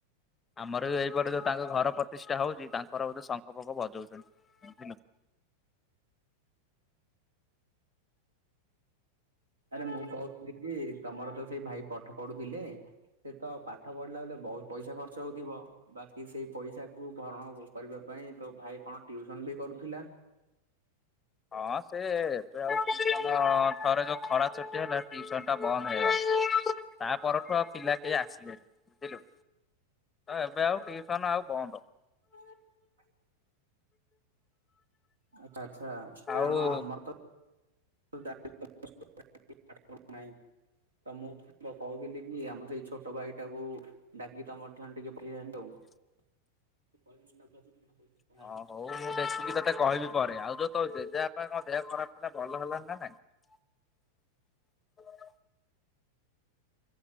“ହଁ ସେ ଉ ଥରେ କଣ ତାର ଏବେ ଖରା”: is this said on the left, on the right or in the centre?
Left